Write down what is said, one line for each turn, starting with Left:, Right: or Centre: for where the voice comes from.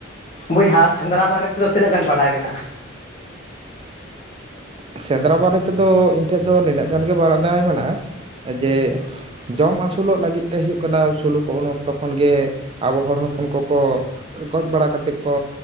Left: ᱵᱚᱭᱦᱟ ᱥᱮᱸᱫᱽᱨᱟ ᱵᱟᱨᱮ ᱛᱮᱫᱚ ᱛᱤᱱᱟᱹᱜ ᱜᱟᱱ ᱵᱟᱰᱟᱭ ᱢᱮᱱᱟᱜᱼᱟ
Right: ᱥᱮᱸᱫᱽᱨᱟ ᱵᱟᱨᱮ ᱛᱮᱫᱚ ᱤᱧ ᱴᱷᱮᱡ ᱫᱚ ᱱᱤᱱᱟᱹᱜ ᱜᱟᱱ ᱜᱮᱮ ᱵᱟᱟᱨᱫᱟᱭ ᱢᱮᱱᱟᱜᱼᱟ ᱡᱮ ᱡᱚᱢ ᱟᱹᱥᱩᱞᱚᱜ ᱞᱟᱹᱜᱤᱫ ᱛᱮ ᱦᱩᱭᱩᱜ ᱠᱟᱱᱟ ᱥᱩᱞᱩ ᱠᱚ ᱩᱱ ᱚᱠᱛᱚ ᱠᱷᱚᱱᱜᱮ ᱟᱵᱚ ᱦᱚᱲ ᱦᱚᱯᱚᱱ ᱠᱚᱠᱚ ᱜᱚᱡ ᱵᱟᱲᱟ ᱠᱟᱛᱮᱫ ᱠᱚ